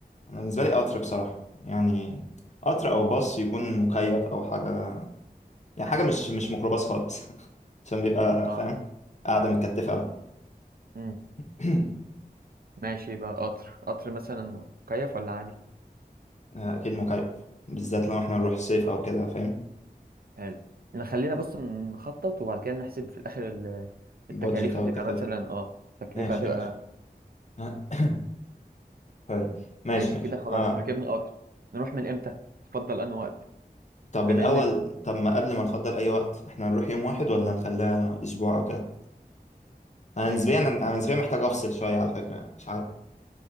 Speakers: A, on the left; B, on the right.
A: أنا بالنسبة لي قطر بصراحة يعني قطر أو باص يكون مكيف أو حاجة يعني حاجة مش مش ميكروباص خالص <laughs> عشان بيبقى
B: آه
A: فاهم قاعدة متكتفة أوي
B: أمم
A: <clears throat>
B: ماشي يبقى قطر قطر مثلا مكيف ولا عادي؟
A: آه أكيد مكيف بالذات لو إحنا نروح صيف أو كده فاهم
B: حلو نخلينا بص نخطط وبعد كده نحسب في الآخر ال-
A: بادجت
B: التكاليف
A: أو
B: هتبقى
A: التكلفة
B: مثلا آه التكلفة
A: ماشي
B: هتبقى
A: ماشي <clears throat> حلو ماشي
B: ماشي
A: ماشي
B: كده خلاص
A: آه
B: ركبنا قطر نروح من إمتى؟ تفضل أنهي وقت؟
A: طب
B: بما
A: الأول
B: إن
A: طب ما قبل ما نفضل أي وقت احنا هنروح يوم واحد ولا نخليها أسبوع أو كده أنا
B: يعني
A: نسبيا أنا نسبيا محتاج أفصل شوية على فكرة مش عارف